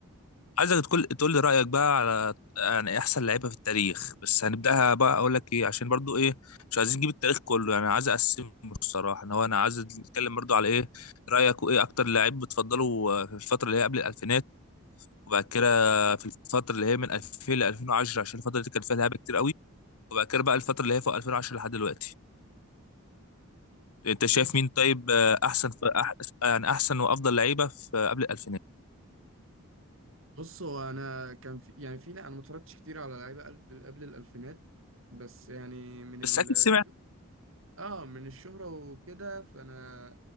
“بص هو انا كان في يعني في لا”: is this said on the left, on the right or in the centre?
Right